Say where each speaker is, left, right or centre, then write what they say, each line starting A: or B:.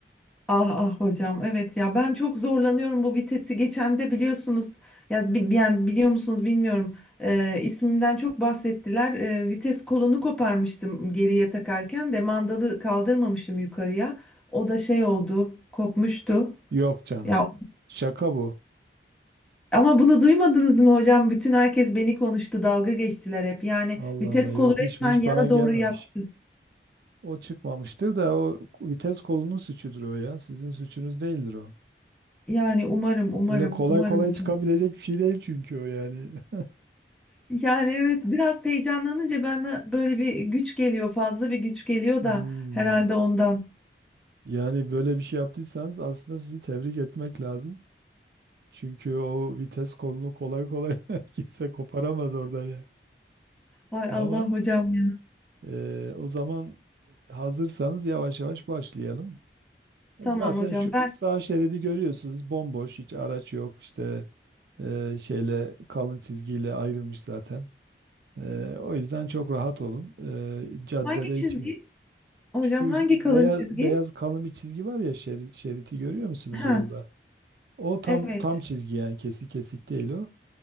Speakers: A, in the centre; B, on the right.
A: Ah ah hocam evet ya ben çok zorlanıyorum bu vitesi geçen de biliyorsunuz ya bi- yani biliyor musunuz bilmiyorum Ee, ismimden çok bahsettiler Ee, vites kolunu koparmıştım geriye takarken de mandalı kaldırmamışım yukarıya o da şey oldu kopmuştu
B: Yok canım.
A: ya
B: Şaka bu.
A: ama bunu duymadınız mı hocam bütün herkes beni konuştu dalga geçtiler hep yani
B: Allah
A: vites
B: Allah yok
A: kolu resmen
B: hiç hiç
A: yana
B: bana gelmemiş.
A: doğru yat
B: O çıkmamıştır da o vites kolunun suçudur o ya. Sizin suçunuz değildir o.
A: yani umarım umarım
B: Öyle kolay
A: umarım
B: kolay
A: hocam.
B: çıkabilecek bir şey değil çünkü o yani. <laughs>
A: Yani evet biraz heyecanlanınca bana böyle bir güç geliyor fazla bir güç geliyor
B: Hmm.
A: da herhalde ondan.
B: Yani böyle bir şey yaptıysanız aslında sizi tebrik etmek lazım. Çünkü o vites kolunu kolay kolay <laughs> kimse koparamaz oradan ya.
A: Vay
B: Tamam.
A: Allah hocam ya.
B: Ee, o zaman hazırsanız yavaş yavaş başlayalım.
A: Tamam
B: Zaten
A: hocam
B: şu
A: ben
B: sağ şeridi görüyorsunuz bomboş hiç araç yok işte e, şeyle kalın çizgiyle ayrılmış zaten. E, o yüzden çok rahat olun. E, caddede
A: hangi çizgi
B: hiçbir
A: hocam
B: şu
A: hangi
B: beyaz
A: kalın çizgi?
B: beyaz kalın bir çizgi var ya şerit, şeriti görüyor musunuz
A: Ha
B: yolda? O tam
A: evet
B: tam çizgi yani kesik kesik değil o.